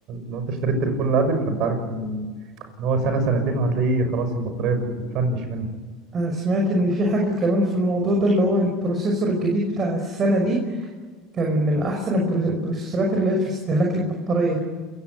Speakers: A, on the right; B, on the right.
A: لو انت اشتريت تليفون لابل فانت عارف ان إن هو سنة سنتين وهتلاقيه خلاص البطارية بت- بتفنش منك
B: انا سمعت ان في حاجه كمان في الموضوع ده اللي هو البروسيسور الجديد بتاع السنه دي كان من احسن البرو- البروسيسورات اللي هي في استهلاك البطاريه